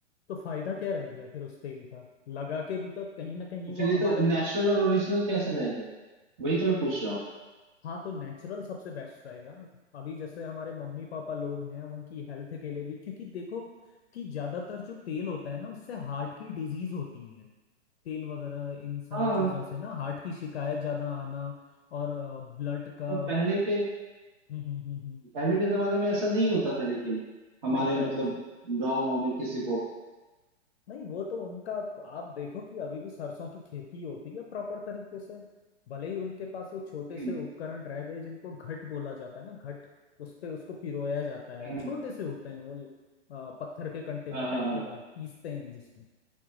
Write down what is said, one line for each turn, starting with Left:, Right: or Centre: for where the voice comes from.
Left: तो फायदा क्या रह गया फिर उस तेल का लगा के भी तो कहीं ना कहीं
Right: तो फिर
Left: वो
Right: ये
Left: हमारे
Right: तो नेचुरल और ओरिजिनल कैसे रह गया वही तो मैं पूछ रहा हूँ
Left: हाँ तो नेचुरल सबसे बेस्ट रहेगा ना अभी जैसे हमारे मम्मी पापा लोग हैं उनकी हेल्थ के लिए भी क्योंकि देखो कि ज्यादातर जो तेल होता है ना उससे हार्ट की डिजीज होती है तेल वगैरह इन सारी
Right: हाँ
Left: चीजों से ना हार्ट की शिकायत ज्यादा आना और ब्लड का
Right: पर
Left: हम्म
Right: पहले के
Left: हम्म हम्म हम्म।
Right: पहले के जमाने में ऐसा नहीं होता था लेकिन हमारे
Left: नहीं पहले
Right: मतलब गाँव वाँव में किसी को
Left: नहीं वो तो उनका आप देखो कि अभी भी सरसों की खेती होती है प्रॉपर तरीके से भले ही उनके पास वो छोटे
Right: हम्म
Left: से उपकरण रह गए जिनको घट बोला जाता है ना घट उस पे उसको पिरोया जाता है
Right: हम्म,
Left: छोटे से होते हैं वो अ, पत्थर के कंटेनर
Right: हाँ हाँ
Left: टाइप
Right: हाँ
Left: के बने पीसते हैं जिसमें